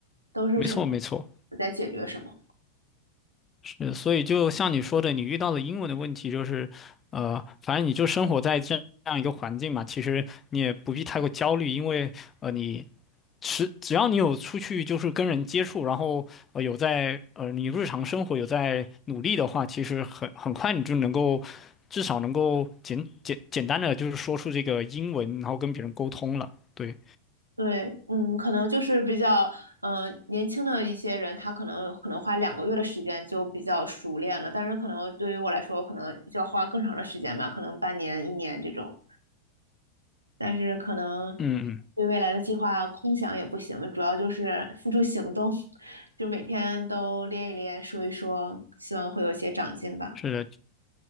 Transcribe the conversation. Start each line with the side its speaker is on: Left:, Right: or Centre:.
Right: 都是什么
Left: 没错没错。
Right: 在解决什么。
Left: 呃，所以就像你说的，你遇到了英文的问题就是，呃，反正你就生活在这样一个环境嘛，其实你也不必太过焦虑，因为呃，你是只要你有出去就是跟人接触，然后呃有在呃你日常生活有在努力的话，其实很很快你就能够至少能够简简简单的就是说出这个英文，然后跟别人沟通了。对，
Right: 对，嗯，可能就是比较，嗯、年轻的一些人，他可能可能花两个月的时间就比较熟练了，但是可能对于我来说，可能就要花更长的时间吧，可能半年、一年这种。但是可能
Left: 嗯嗯，
Right: 对未来的计划空想也不行，主要就是付诸行动，<laughs> 就每天都练一练，说一说，希望会有一些长进吧。
Left: 是的，